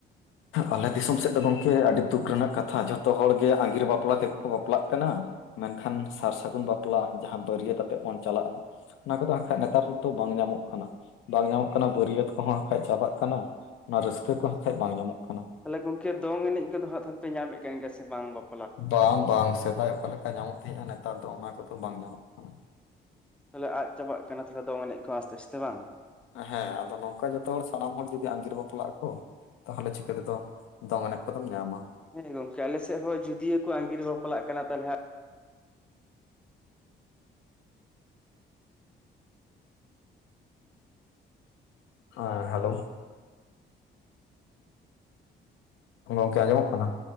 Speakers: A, on the left (about 80°); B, in the centre.
A: ᱟᱞᱮ ᱫᱤᱥᱚᱢ ᱥᱮᱫ ᱫᱚ ᱜᱚᱝᱠᱮ ᱟᱹᱰᱤ ᱫᱩᱠ ᱨᱮᱱᱟᱜ ᱠᱟᱛᱷᱟ ᱡᱷᱚᱛᱚ ᱦᱚᱲᱜᱮ ᱟᱸᱜᱤᱨ ᱵᱟᱯᱞᱟ ᱛᱮᱜᱮ ᱠᱚ ᱵᱟᱯᱞᱟᱜ ᱠᱟᱱᱟ᱾ ᱢᱮᱱᱠᱷᱟᱱ ᱥᱟᱨ ᱥᱟᱹᱜᱩᱱ ᱵᱟᱯᱞᱟ ᱡᱟᱦᱟᱸ ᱵᱟᱹᱨᱭᱟᱹᱛ ᱟᱛᱮ ᱵᱚᱱ ᱪᱟᱞᱟᱜᱼᱟ, ᱚᱱᱟ ᱠᱚᱫᱚ ᱵᱟᱝᱠᱷᱟᱡ ᱱᱮᱛᱟᱨ ᱫᱚ ᱵᱟᱝ ᱧᱟᱢᱚᱜ ᱠᱟᱱᱟ ᱵᱟᱝ ᱧᱟᱢᱚᱜ ᱠᱟᱱᱟ ᱵᱟᱹᱨᱭᱟᱹᱛ ᱠᱚᱦᱚᱸ ᱟᱜᱠᱷᱟᱡ ᱪᱟᱵᱟᱜ ᱠᱟᱱᱟ ᱚᱱᱟ ᱨᱟᱹᱥᱠᱟᱹ ᱠᱚᱦᱚᱸ ᱠᱷᱟᱡ ᱵᱟᱝ ᱧᱟᱢᱚᱜ ᱠᱟᱱᱟ᱾
B: ᱛᱟᱦᱚᱞᱮ ᱜᱚᱝᱠᱮ ᱫᱚᱝ ᱮᱱᱮᱡ ᱠᱚᱫᱚ ᱦᱟᱸᱜ ᱛᱟᱦᱞᱮ ᱯᱮ ᱧᱟᱢᱮᱫ ᱠᱟᱱ ᱜᱮᱭᱟ ᱥᱮ ᱵᱟᱝ ᱵᱟᱯ
A: ᱵᱟᱝ ᱵᱟᱝ ᱥᱮᱫᱟᱭ ᱚᱠᱟ ᱞᱮᱠᱟ ᱧᱟᱢᱚᱜ ᱛᱟᱦᱮᱸᱜᱼᱟ ᱱᱮᱛᱟᱨ ᱫᱚ ᱚᱱᱟ ᱠᱚᱫᱚ ᱵᱟᱝ ᱧᱟᱢᱚᱜ ᱠᱟᱱᱟ᱾
B: ᱛᱟᱦᱚᱞᱮ ᱟᱫ ᱪᱟᱵᱟᱜ ᱠᱟᱱᱟ ᱛᱟᱦᱚᱞᱮ ᱫᱚᱝ ᱮᱱᱮᱡ ᱠᱚ ᱟᱥᱛᱮ ᱟᱥᱛᱮ ᱵᱟᱝ?
A: ᱦᱮᱸ ᱟᱫᱚ ᱱᱚᱝᱠᱟ ᱡᱚᱛᱚ ᱦᱚᱲ ᱥᱟᱱᱟᱢ ᱦᱚᱲ ᱡᱩᱫᱤ ᱟᱸᱜᱤᱨ ᱵᱟᱯᱞᱟᱜ ᱟᱠᱚ ᱛᱟᱦᱚᱞᱮ ᱪᱤᱠᱟᱹ ᱛᱮᱫᱚ ᱫᱚᱝ ᱮᱱᱮᱡ ᱠᱚᱫᱚᱢ ᱧᱟᱢᱟ᱾
B: ᱦᱮᱸ ᱜᱚᱝᱠᱮ ᱟᱞᱮᱥᱮᱫ ᱦᱚᱸ ᱡᱩᱫᱤᱭᱚ ᱠᱚ ᱟᱸᱜᱤᱨ ᱵᱟᱯᱞᱟᱜ ᱠᱟᱱᱟ ᱛᱟᱦᱚᱞᱮ
A: ᱦᱮᱸ ᱦᱮᱞᱳᱣ, ᱜᱚᱝᱠᱮ ᱟᱸᱡᱚᱢᱚᱜ ᱠᱟᱱᱟ?